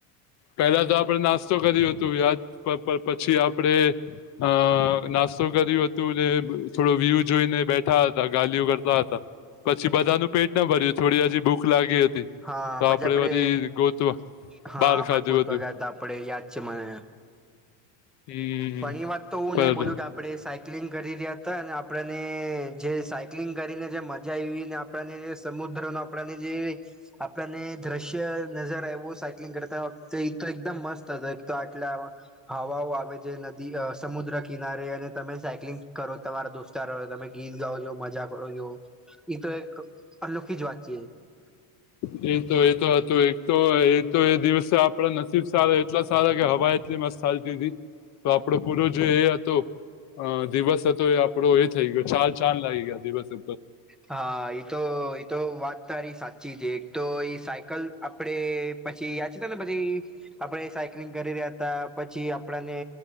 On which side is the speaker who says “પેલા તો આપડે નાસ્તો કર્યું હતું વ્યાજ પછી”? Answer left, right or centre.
Left